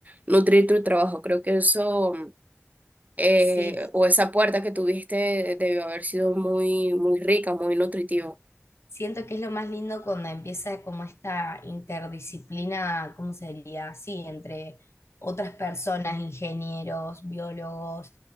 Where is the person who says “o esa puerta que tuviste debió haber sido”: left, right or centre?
Right